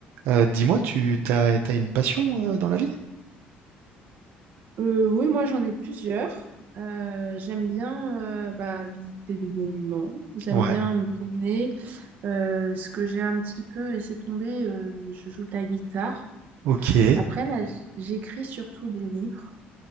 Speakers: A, on the right (about 80°); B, on the right (about 50°).
A: Euh, dis-moi, tu t'as, t'as une passion euh, dans la vie?
B: Euh, oui, moi j'en ai plusieurs. Euh, j'aime bien euh, bah, visiter des monuments, j'aime
A: Ouais.
B: bien me promener. Euh, ce que j'ai un petit peu laissé tomber, euh, je joue de la guitare.
A: Ok.
B: Après, là, j- j'écris surtout des livres